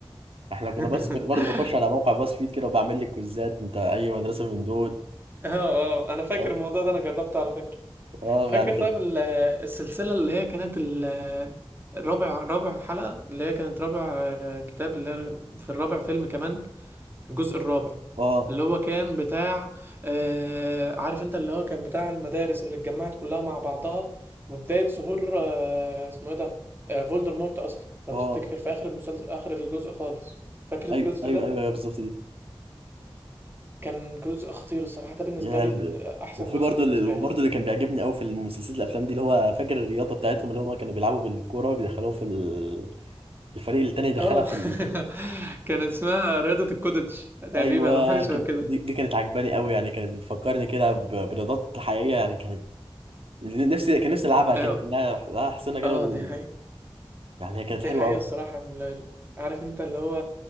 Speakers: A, on the right; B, on the right.
A: احنا
B: <laughs>
A: كنا بس كنت برضه بخش على موقع باص فيد كده وبعمل لي كويزات انت اي مدرسه من دول
B: اه اه انا فاكر
A: اه
B: الموضوع ده انا جربته على فكرة
A: اه
B: فاكر
A: يعني كان
B: طيب ال- السلسلة اللي هي كانت ال- الرابع رابع حلقة اللي هي كانت رابع آه، كتاب اللي هي في الرابع فيلم كمان الجزء الرابع
A: اه
B: اللي هو كان بتاع آه، عارف انت اللي هو كان بتاع المدارس اللي اتجمعت كلها مع بعضها وبداية ظهور آه، اسمه ايه ده آه، فولدرمورت اصلا لو
A: اه
B: تفتكر في اخر المسلسل اخر الجزء خالص فاكر الجزء
A: ايوه ايوه
B: ده
A: ايوه أيوه، بالظبط دي
B: كان جزء خطير الصراحة ده بالنسبة
A: يا
B: لي
A: هلد
B: ال- احسن
A: وفي
B: جزء
A: برضه
B: بالنسبة
A: اللي وبرضه
B: لي
A: اللي كان بيعجبني قوي في المسلسلات الافلام دي اللي هو فاكر الرياضه بتاعتهم اللي هم كانوا بيلعبوا بالكوره بيدخلوها في ال- الفريق التاني دخلها
B: اه
A: في ال...
B: <laughs> كان اسمها رياضة الكودتش تقريبا
A: ايوه
B: او حاجة شبه
A: كان
B: كده
A: دي, دي كانت عجباني قوي يعني كانت بتفكرني كده ب- برياضات حقيقيه يعني كانت نفسي كان نفسي العبها كده
B: اه
A: كانها لها حسنه كده
B: اه
A: و...
B: دي حقيقة
A: يعني هي كانت
B: دي
A: حلوه
B: حقيقة
A: قوي
B: الصراحة ال- ال- عارف انت اللي هو